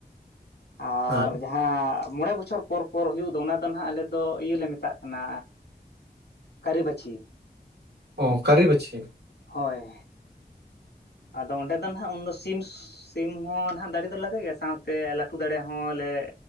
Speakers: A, on the left (about 85°); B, on the right (about 85°).
A: ᱟᱨ
B: ᱦᱩᱸ
A: ᱡᱟᱦᱟᱸ ᱢᱚᱬᱮ ᱵᱚ <unintelligible> ᱵᱚᱪᱷᱚᱨ ᱯᱚᱨ ᱯᱚᱨ ᱦᱩᱭᱩᱜ ᱫᱚ ᱚᱱᱟ ᱫᱚ ᱟᱜ ᱟᱞᱮ ᱫᱚ ᱤᱭᱟᱹ ᱞᱮ ᱢᱮᱛᱟᱜ ᱠᱟᱱᱟ ᱠᱟᱹᱨᱤᱵᱟᱹᱪᱷᱤ᱾
B: ᱚ ᱠᱟᱹᱨᱤᱵᱟᱹᱪᱷᱤ᱾
A: ᱦᱳᱭ ᱟᱫᱚ ᱚᱸᱰᱮ ᱫᱚ ᱱᱟᱜ ᱩᱱᱫᱚ ᱥᱤ ᱥᱤᱢ ᱦᱚᱸ ᱱᱟᱜ ᱫᱟᱨᱮ ᱫᱚ ᱞᱟᱜᱟᱜ ᱜᱮᱭᱟ ᱥᱟᱶᱛᱮ ᱞᱟᱹᱴᱩ ᱫᱟᱨᱮ ᱦᱚᱸᱞᱮ